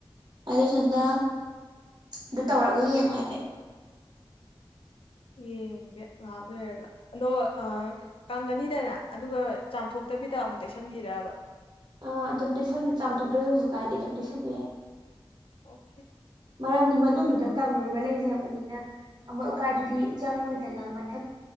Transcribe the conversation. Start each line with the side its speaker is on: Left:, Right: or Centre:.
Right: ꯑꯗꯨꯗꯨꯅ ꯑꯗꯨ ꯇꯧꯔꯒ ꯌꯦꯡꯉꯣ ꯍꯥꯏꯐꯦꯠ
Left: ꯌꯦꯦ ꯂꯦꯒ ꯑꯗꯣ ꯑꯥ ꯀꯪꯉꯅꯤꯗꯅ ꯑꯗꯨꯒ ꯆꯥꯝꯊꯣꯛꯇꯕꯤꯗ ꯑꯃꯨꯛ ꯇꯩꯁꯟꯕꯤꯔꯥꯕ
Right: ꯑ ꯑꯗꯨꯝ ꯂꯣꯏꯁꯟ ꯆꯥꯝꯊꯣꯛꯇ꯭ꯔꯁꯨ ꯀꯥꯏꯗꯤ ꯑꯗꯨꯝ ꯂꯣꯏꯁꯟꯕ ꯌꯥꯏ
Left: ꯑꯣꯀꯦ
Right: ꯃꯔꯝꯗꯤ ꯃꯅꯨꯡꯗꯨꯗ
Left: ꯌꯦꯡ ꯇꯥꯔꯦ
Right: ꯀꯪꯉꯒ ꯂꯩꯖꯕꯅꯤꯅ ꯑꯃꯣꯠ ꯑꯀꯥꯏꯗꯨꯗꯤ ꯆꯪꯉꯣꯏꯗꯅ ꯃꯊꯛ